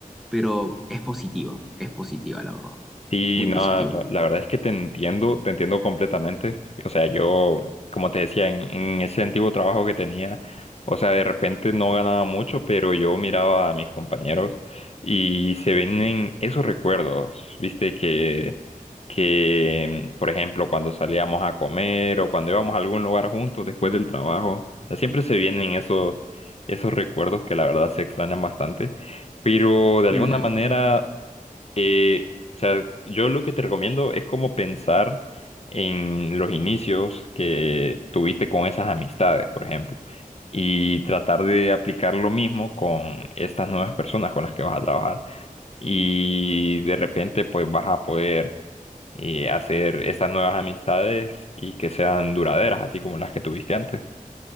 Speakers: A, in the centre; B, on the left (about 45°).
A: pero es positiva, es positiva, la verdad,
B: Sí,
A: muy
B: no,
A: positiva.
B: la, la verdad es que te entiendo, te entiendo completamente. O sea, yo, como te decía, en, en ese antiguo trabajo que tenía, o sea, de repente no ganaba mucho, pero yo miraba a mis compañeros y se vienen esos recuerdos, viste, que, que, por ejemplo, cuando salíamos a comer o cuando íbamos a algún lugar juntos después del trabajo, o sea, siempre se vienen esos, esos recuerdos que la verdad se extrañan bastante, pero de alguna
A: Mm,
B: manera eh, o sea, yo lo que te recomiendo es como pensar en los inicios que tuviste con esas amistades, por ejemplo, y tratar de aplicar lo mismo con estas nuevas personas con las que vas a trabajar. Y de repente, pues vas a poder eh, hacer estas nuevas amistades y que sean duraderas, así como las que tuviste antes.